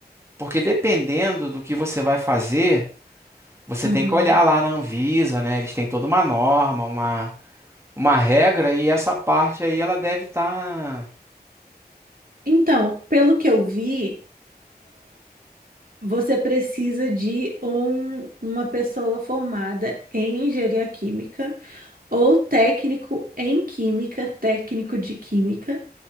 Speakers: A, on the right; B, on the right.
A: Porque dependendo do que você vai fazer, você
B: Uhum.
A: tem que olhar lá na Anvisa, né? Eles têm toda uma norma, uma, uma regra, e essa parte aí ela deve estar
B: Então, pelo que eu vi, você precisa de um- uma pessoa formada em engenharia química ou técnico em química, técnico de química,